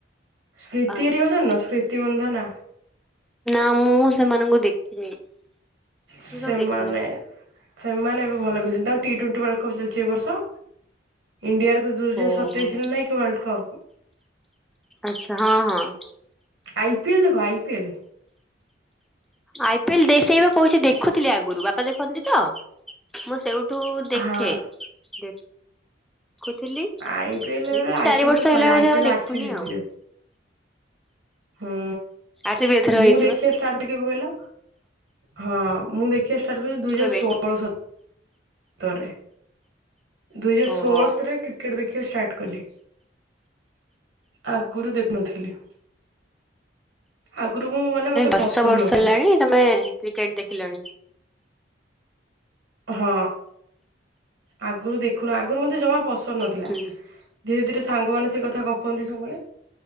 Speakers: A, on the right; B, in the centre.
A: ସ୍ମୃତି
B: ଆଚ୍ଛା
A: ଏରିକୁ
B: ଆଚ୍ଛା
A: ଜାଣିନ ସ୍ମୃତି ବନ୍ଧନା?
B: ନା ମୁଁ ସେମାନଙ୍କୁ ଦେଖିନି ସେତାକୁ
A: ସେମାନେ
B: ଦେଖିନି।
A: ସେମାନେ ଏବେ ଭଲ ଖେଳିଚନ୍ତି ତାଙ୍କ ଟିଟ୍ୱେଣ୍ଟି ୱାର୍ଲଡ କପ୍ ଚାଲିଚି ଏବର୍ଷ। ଇଣ୍ଡିଆରତ ଦୁଇ ହଜାରେ
B: ଓହୋ
A: ସତେଇଶିରେ ନାହିଁକି ୱାର୍ଲଡ କପ୍।
B: ଆଚ୍ଛା ହଁ-ହଁ।
A: ଆଇ ପିଏଲ୍ ଦେଖ ଆଇ ପିଏଲ୍।
B: ଆଇ ପିଏଲ୍ ଦେଇଶେଇବା କହୁଚି ଦେଖୁଥିଲି ଆଗରୁ, ବାପା ଦେଖନ୍ତିତ ମୁଁ ସେଉ ତୁ ଦେଖେ,
A: ହଁ
B: ଦେ ଦେଖୁଥିଲି,
A: ଆଇ ପି ଏଲ
B: ଏଇ
A: ବେଳେ ଆଇ
B: ଚାରି
A: ପି ଏଲ
B: ବର୍ଷ
A: ତ ସଇଲା
B: ହେଲାପରେ
A: ଆଇ ପି
B: ଆଉ
A: ଏଲ
B: ଦେଖୁନି
A: ଆର ସି ବି ଜିତିବେ।
B: ଆଉ।
A: ହୁଁ
B: ଆର ସି ବି ଏଥର
A: ମୁଁ
B: ହେଇଛି
A: ଦେଖିବା
B: ବା
A: ଷ୍ଟାର୍ଟ କଲି କେବେ କହିଲ ହଁ ମୁଁ ଦେଖ ଦେଖିବା ଷ୍ଟାର୍ଟକଲି ଦୁଇ
B: କେବେ
A: ହଜାରେ ଷୋହଳ ସତ୍ ତରେ ଦୁଇ ହଜାରେ
B: ଓହୋ।
A: ଷୋହଳରେ କ୍ରିକେଟ୍ ଦେଖିବା ଷ୍ଟାର୍ଟ କଲି। ଆଗରୁ ଦେଖୁନଥିଲି। ଆଗରୁ, ମୁଁ ମାନେ ମତେ
B: ଦଶ
A: ପସନ୍ଦ
B: ବର୍ଷ
A: ନଥିଲା।
B: ହେଲାଣି ତମେ କ୍ରିକେଟ୍ ଦେଖିଲଣି।
A: ହଁ ଆଗରୁ ଦେଖୁନୁ, ଆଗରୁ ମତେ ଜମା ପସନ୍ଦ ନଥିଲା।
B: ହୁଁ।
A: ଧୀରେ-ଧୀରେ ସାଙ୍ଗ ମାନେ ସେକଥା ଗପନ୍ତି ସବୁବେଳେ